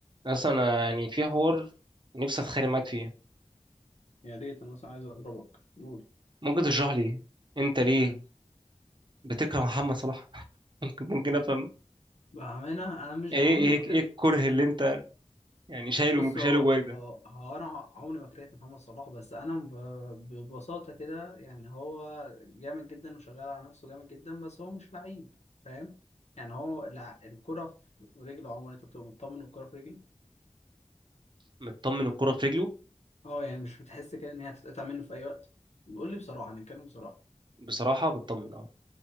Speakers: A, on the right (about 40°); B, on the left (about 65°).
A: اصلا انا يعني في حوار نفسي اتخانق معاك فيه
B: يا ريت انا اصلا عايز اضربك قول
A: ممكن تشرح لي انت ليه
B: امم
A: بتكره محمد صلاح <laughs> ممكن ممكن افهم
B: بأمانة أنا مش
A: ايه
B: عمري
A: ايه
B: ما كان
A: ايه الكره اللي انت يعني شايله
B: بص
A: شايله
B: هو
A: جواك ده
B: هو هو أنا عمري ما كرهت محمد صلاح بس أنا ب... ببساطة كده يعني هو جامد جدا وشغال على نفسه جامد جدا بس هو مش لعيب فاهم يعني هو لع... الكرة في رجله عمر أنت بتبقى مطمن والكرة في رجله
A: مطمن الكره في رجله
B: أه يعني مش بتحس كده إن هي هتتقطع منه في أي وقت قول لي بصراحة نتكلم بصراحة
A: بصراحه مطمن اه